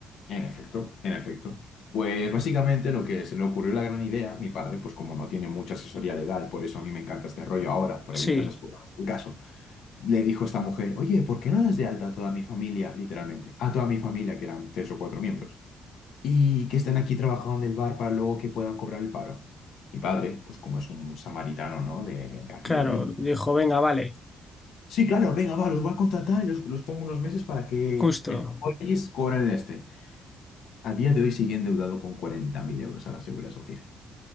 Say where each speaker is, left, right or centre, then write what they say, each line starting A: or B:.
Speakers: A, on the left; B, on the left.
A: En efecto, en efecto. Pues básicamente lo que se le ocurrió la gran idea, mi padre, pues como no tiene mucha asesoría legal, por eso a mí me encanta este rollo ahora, por evitar
B: Sí,
A: esas cosas. El caso, le dijo esta mujer, oye, ¿por qué no das de alta a toda mi familia, literalmente? A toda mi familia, que eran tres o cuatro miembros, y que estén aquí trabajando en el bar para luego que puedan cobrar el paro. Mi padre, pues como es un samaritano, ¿no? De, de a
B: claro.
A: pie y...
B: Dijo, venga, vale,
A: Sí, claro, venga, va, los voy a contratar y los, los pongo unos meses para que
B: justo.
A: el país cobren el este. A día de hoy sigue endeudado con 40.000 euros a la Seguridad Social.